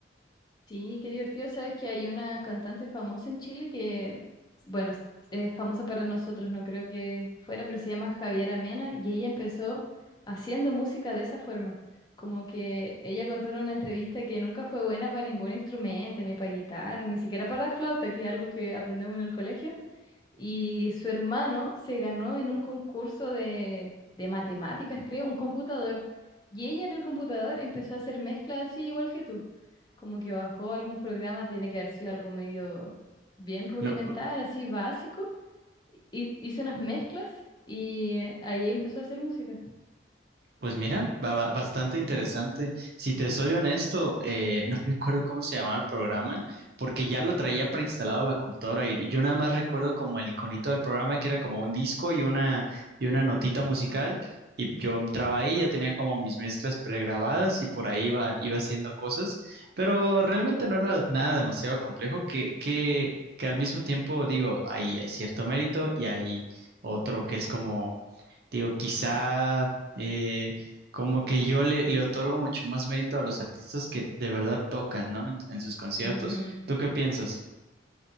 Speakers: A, on the left; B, on the right.
A: Sí, qué divertido. Sabes que hay una cantante famosa en Chile que, bueno, es famosa para nosotros, no creo que fuera, pero se llama Javiera Mena y ella empezó haciendo música de esa forma. Como que ella contó en una entrevista que nunca fue buena para ningún instrumento, ni para guitarra, ni siquiera para flauta, que es algo que aprendemos en el colegio y su hermano se ganó en un concurso de, de matemáticas, creo, un computador. Y ella en el computador empezó a hacer mezclas así igual que tú, como que bajó algún programa, tiene que haber sido algo medio bien rudimentar,
B: No,
A: así básico, y hizo unas mezclas y eh, ahí empezó a hacer música.
B: Pues mira, ba- ba- bastante interesante. Si te soy honesto, eh, <laughs> no recuerdo cómo se llamaba el programa, porque ya lo traía preinstalado a la computadora y yo nada más recuerdo como el iconito del programa que era como un disco y una, y una notita musical y yo entraba ahí, ya tenía como mis mezclas pregrabadas y por ahí iba, iba haciendo cosas, pero realmente no era nada demasiado complejo que, que, que al mismo tiempo digo, hay, hay cierto mérito y hay otro que es como Digo, quizá eh, como que yo le, le otorgo mucho más mérito a los artistas que de verdad tocan, ¿no? En, en sus conciertos.
A: Ujú.
B: ¿Tú qué piensas?